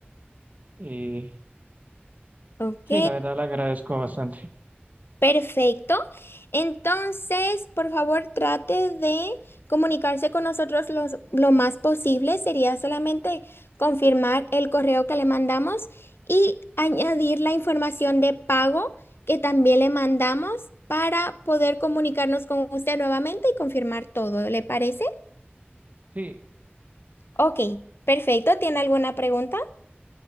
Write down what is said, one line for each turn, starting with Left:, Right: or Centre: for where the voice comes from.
Right: y
Left: Ok.
Right: sí, la verdad la agradezco bastante.
Left: Perfecto. Entonces, por favor, trate de comunicarse con nosotros los- lo más posible. Sería solamente confirmar el correo que le mandamos y añadir la información de pago que también le mandamos para poder comunicarnos con usted nuevamente y confirmar todo. ¿Le parece?
Right: Sí,
Left: Ok, perfecto. ¿Tiene alguna pregunta?